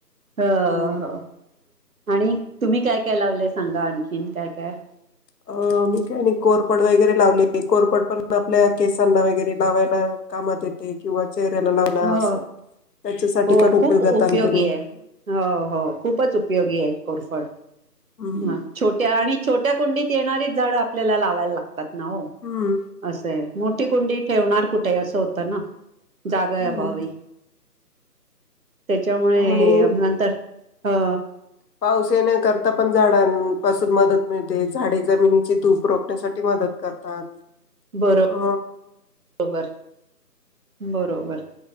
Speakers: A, on the right (about 55°); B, on the left (about 75°).
A: हा
B: हम्म
A: हा आणि तुम्ही काय काय लावलंय सांगा आणखीन काय काय
B: अ मी काय नाही कोरपड वगैरे लावले कोरपड पण आपल्या केसांना वगैरे लावायला कामात येते किंवा चेहऱ्याला लावला
A: हो
B: असं त्याच्यासाठी
A: हो
B: पण
A: खूप
B: उपयोगात
A: उपयोगी
B: आणते मी
A: आहे हो हो खूपच उपयोगी आहे कोरफट
B: हम्म
A: ह छोट्या आणि छोट्या कुंडीत येणारीच झाडं आपल्याला लावायला लागतात ना हो
B: हम्
A: असंय मोठी कुंडी ठेवणार कुठे असं होतं ना जागा
B: हम्म
A: अभावी त्याच्यामुळे हे
B: आणि
A: नंतर हा
B: पाऊस येण्याकरता पण झाडांपासून मदत मिळते झाडे जमिनीची धूप रोखण्यासाठी मदत करतात
A: बरोबर
B: अ
A: बरोबर